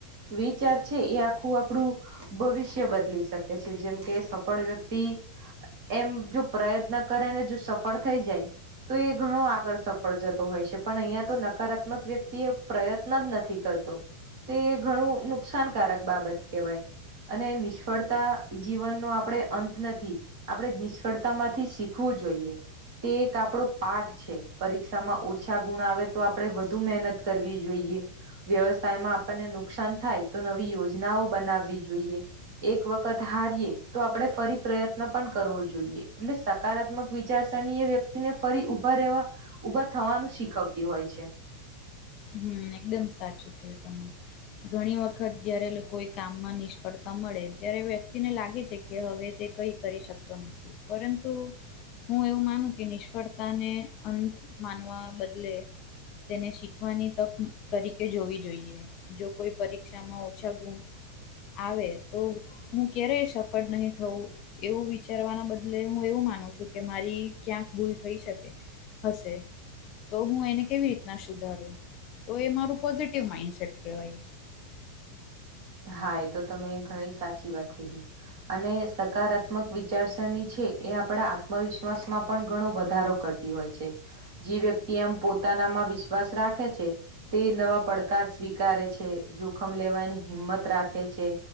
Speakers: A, on the right; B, on the left.
A: વિચાર છે એ આખું આપણું. ભવિષ્ય બદલી શકે છે. જેમ કે સફળ વ્યક્તિ. એમ જો પ્રયત્ન કરે ને જો સફળ થઈ જાય. તો એ ઘણો આગળ સફળ જતો હોય છે. પણ અહિયા તો નકારાત્મક વ્યક્તિ એ પ્રયત્ન જ નથી કરતો. તે ઘણું નુકસાનકારક બાબત કહેવાય. અને નિષ્ફળતા જીવનનો આપણે અંત નથી.. આપણે નિષ્ફળતા માંથી શીખવું જોઈએ. તે એક આપડો પાઠ છે પરીક્ષામાં ઓછા ગુણ આવે તો આપણે વધુ મહેનત કરવી જોઈએ વ્યવસાયમાં આપણને નુકસાન થાય તો નવી યોજનાઓ બનાવવી જોઈએ. એક વખત હારીએ તો આપણે ફરી પ્રયત્ન પણ કરવો જોઈએ એટલે સકારાત્મક વિચારસરણી એ વ્યક્તિને ફરી ઉભા રહેવા ઉભા થવાનું શીખવતી હોય છે.
B: હમ એકદમ સાચું કહ્યું તમે. ઘણી વખત જયારે લોકોએ કામમાં નિષ્ફળતા મળે ત્યારે વ્યક્તિને લાગે છે કે હવે તે કઈ કરી શકતો નથી પરંતુ હું એવું માનું કે નિષ્ફળતાને અંત માનવા બદલે તેને ખવાની તક તરીકે જોવી જોઈએ. જો કોઈ પરીક્ષામાં ઓછા ગુ આવે તો, હું ક્યારેય સફળ નહી થવું. એવું વિચારવાના બદલે હું એવું માનું છું કે, મારી ક્યાંક ભૂલ થઈ શકે. અસે, તો હું એને કેવી રીતના સુધારુ? તો એ મારું પોઝીટીવ માઇન્ડસેટ કેવાય.
A: હા, એ તો તમે ઘણી સાચી વાત કીધી. અને સકારાત્મક વિચારસરણી છે, એ આપણા આત્મવિશ્વાસમાં પણ ઘણો વધારો કર તી ઓય છે, જે વ્યક્તિ એમ પોતાનામાં વિશ્વાસ રાખે છે. તે નવા પડકાર સ્વીકારે છે, જોખમ લેવાની હિંમત રાખે છે,